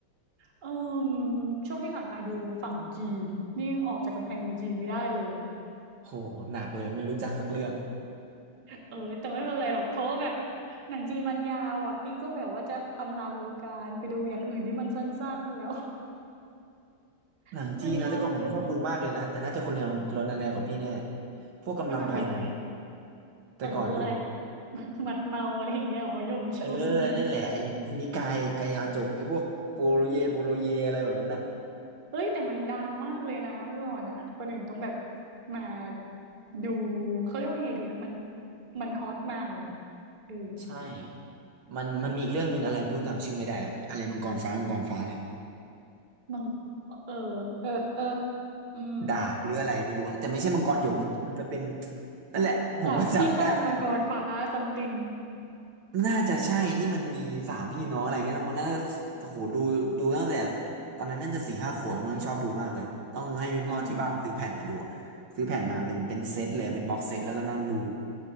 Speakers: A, on the right; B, on the right.
A: เอมช่วงที่ผ่านมาดูฝั่งจีนนี่ยังออกจากกำแพงเมืองจีนไม่ได้เลย
B: โหหนักเลยไม่รู้จักสักเรื่อง
A: เออแต่ไม่เป็นไรหรอกเพราะว่าแบบหนังจีนมันยาวอ่ะนี่ก็แบบว่าจะอำลาวงการไปดูอย่างอื่นที่มันสั้นๆแล้ว
B: หนังจีนนะแต่ก่อนผมชอบดูมากเลยนะแต่น่าจะคนแนวโรนันแนวกับพี่แน่
A: <laughs> มันยาวเกิน
B: พวกกำลังภายในอะ
A: เมื่อก่อนดูอะไร
B: แต่ก่อนดู
A: เอออะไร <laughs> หมัดเมาอะไรอย่างเงี้ยอ๋อยงชุน
B: เออ
A: <laughs> นี่
B: นั่นแหละไอ้นิกายกายาจกไอ้พวกโปโลเยโปโลเยอะไรแบบนั้นอ่ะ
A: เฮ้ยแต่มันดังมากเลยนะเมื่อก่อนอ่ะคนอื่นต้องแบบมาดูเขาเรียกว่าไงดีอ่ะมันมันฮอตมากเลยนะเออ
B: ใช่มันมันมีอีกเรื่องหนึ่งอะไรไม่รู้จำชื่อไม่ได้ละอะไรมังกรฟ้ามังกรฟ้าเนี่ย
A: มังเออเออเอออืม
B: ดาบหรืออะไรไม่รู้อะแต่ไม่ใช่มังกรหยกนะมันจะเป็นนั่นแหละผมก็จำไม่ได้เหมือนกัน
A: ดาบพิฆาตมังกรฟ้าซัมติง
B: น่าจะใช่ที่มันมีสามพี่น้องอะไรเงี้ยมันน่าจะโอ้โหดูดูตั้งแต่ตอนนั้นน่าจะสี่ห้าขวบมั้งชอบดูมากเลยต้องให้พ่อที่บ้านซื้อแผ่นมาดูอะซื้อแผ่นมาเป็นเป็นเซตเลยเป็นบ็อกเซตแล้วก็นั่งดู
A: เออ